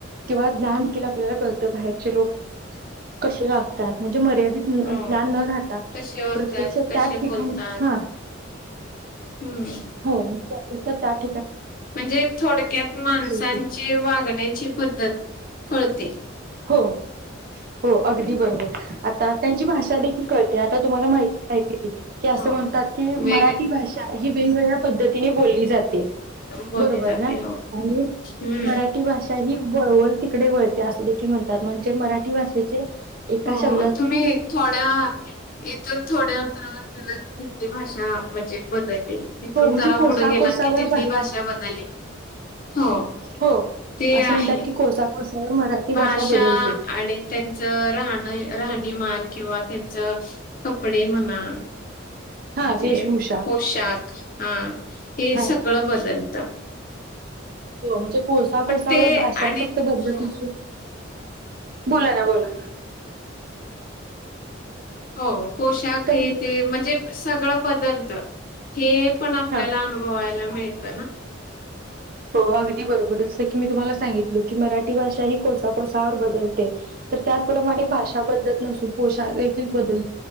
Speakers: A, on the right; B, on the left.
A: किंवा ज्ञान देखील आपल्याला बाहेरचे लोक कसे वागतात मर्यादित
B: हो
A: ज्ञान न रा प्रत्यक्ष
B: कसे वागतात कसे
A: त्याच ठिकाणी
B: बोलतात
A: हा,
B: हम्म
A: हो. मग त्यापेक्षा त्यात
B: म्हणजे थोडक्यात माणसांची
A: कळते.
B: वागण्याची पद्धत कळते.
A: हो, हो. अगदी
B: म्हणजे
A: बरोबर आता त्यांची भाषा देखील कळते आता तुम्हाला माहित नाही अस
B: हो
A: म्हणतात की
B: वेग
A: मराठी भाषा आ ही वेगवेगळ्या पद्धतीने बोलली जाते.
B: बोलली
A: बरोबर
B: जाते
A: ना
B: हो
A: आणि
B: हम्म
A: मराठी भाषा त्यांनी वळवल तिकडे वळते अस देखील म्हणतात. म्हणजे मराठी भाषेचे एका
B: हो
A: शब
B: तुम्ही थोड्या इथून थोड्या अंतरावर गेला की तिथली भाषा म्हणजे बदलली, तिथून
A: हो म्हणजे
B: जरा
A: कोसा
B: पुढं गेलात
A: कोसावर
B: की तिथली भाषा बदलली. हो
A: हो.
B: ते
A: असं
B: आहे.
A: म्हणतात की कोसाकोसावर मराठी
B: भाषा
A: बदलते.
B: आणि त्यांचं राहण राहणीमान किंवा त्यांच कपडे म्हणा म्हणजे
A: हा वेशभूषा.
B: पोशाख हा हे
A: हा
B: सगळं बदलत.
A: हो म्हणजे कोसा कोसावर
B: ते
A: भाषा
B: आणि
A: फक्त बदलत
B: हो
A: नसेल बोला ना बोला.
B: हो पोशाख
A: तर
B: ये तेे म्हणजे सगळं बदलत. हे पण आपल्याला
A: हा
B: अनुभवायला मिळत ना.
A: हो अगदी बरोबर जस की मी तुम्हाला सांगितलो की मराठी भाषा ही कोसा कोसावर बदलते. तर त्याचप्रमाणे भाषा बदलत नसून पोषाख देखील बदल